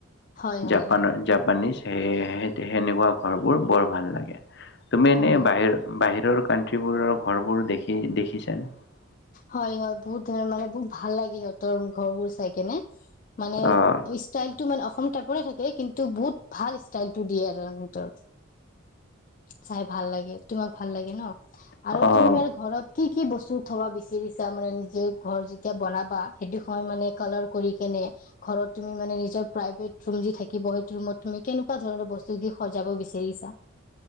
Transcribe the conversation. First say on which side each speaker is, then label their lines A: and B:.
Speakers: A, on the left; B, on the left.
A: হয় হয়
B: জাপানৰ জাপানিছ সেই স সেনেকুৱা ঘৰবোৰ বৰ ভাল লাগে তুমি
A: হয়,
B: এনেই বাহিৰ বাহিৰ কানট্ৰ্ৰীবোৰৰ ঘৰবোৰ দেখি দেখিছে। <inaudible>
A: হয় হয় বহুত ধুনীয়া মানে বহুত ভাল লাগে সিহঁতৰ ঘৰবোৰ চাই কেনে। মানে
B: অ',
A: ষ্টাইলতটো মানে অসম টাইপৰে থাকে কিন্তু বহুত ভাল ষ্টাইলটো দিয়ে হিহতৰ চাই ভাল লাগে তোমাক ভাল লাগে ন আৰু
B: অ',
A: তুমি এই ঘৰত কি কি বস্তু থব বিচাৰিছা মানে নিজে ঘৰ যেতিয়া বনাবা সেইটো সময়ত মানে কালাৰ কৰি কেনে ঘৰত তুমি মানে নিজৰ প্ৰাইভেট ৰুম যে থাকিব সেই ৰুমত তুমি কেনেকুৱা ধৰণৰ বস্তু দি সজাব বিচাৰিছা?